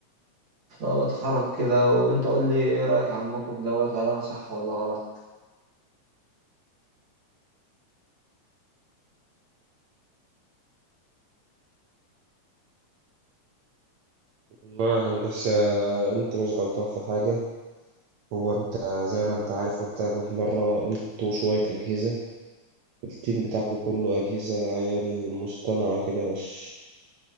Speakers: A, on the right; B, on the right.
A: فهو اتحرك كده وانت قول لي ايه رأيك عن الموقف دوت هل انا صح ولا غلط
B: والله يا هندسة أنت مش غلطان في حاجة هو أنت زي ما أنت عارف قلت لك من مرة أنتوا شوية أجهزة التيم بتاعكوا كله أجهزة عيال مصطنعة كده مش